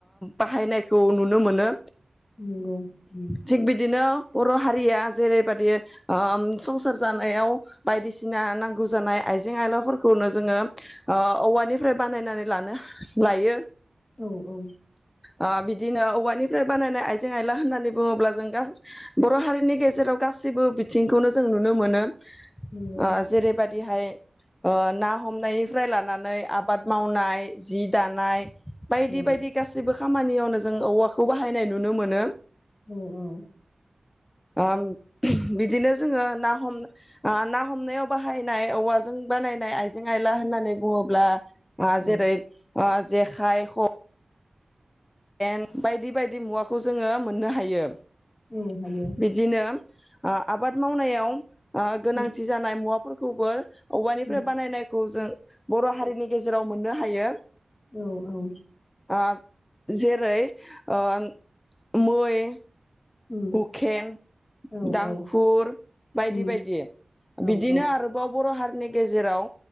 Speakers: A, on the left; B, on the left.
A: बाहायनायखौ नुनो मोनो
B: नंगौ उम
A: थिग बिदिनो बर' हारिया जेरैबादि ओ संसार जानायाव बायदिसिना नांगौ जानाय आइजें आयलाफोरखौनो जोङो औवानिफ्राय बानायनानै लानो लायो
B: औ औ
A: ओ बिदिनो औवानिफ्राय बानायनाय आइजें आइला होननानै बुङोब्ला जों बर' हारिनि गेजेराव गासैबो बिथिंखौनो जों नुनो मोनो
B: नंगौ
A: अ जेरै बा बिदिहाय ना हमनायनिफ्राय लानानै आबाद मावनाय जि दानाय बायदि
B: औ
A: बायदि गासिबो खामानियावनो जों औवाखौ बाहायनाय नुनो मोनो
B: औ औ
A: ओ बिदिनो जोङो ना हम ना हमनायाव बाहायनाय औवाजों बानायनाय आइजें आइला होननानै बुङोब्ला हा
B: औ
A: जेरै जेखाय ख एन बायदि बायदि मुवाखौ जोङो मोननो हायो।
B: औ हायो
A: बिदिनो आ आबाद मावनायाव ओ गोनांथि
B: उम
A: जानाय मुवा फोरखौबो औवानिफ्राय
B: उम
A: बानायनायखौ जों सो बर' हारिनि गेजेराव मोननो हायो।
B: औ औ
A: आ जेरै ओन मै
B: उम
A: हुखेन
B: औ
A: दांखुर
B: औ
A: बायदि
B: उम
A: बायदि
B: औ
A: बिदिनो
B: औ
A: आरोबाव बर' हार स्नि गेजेराव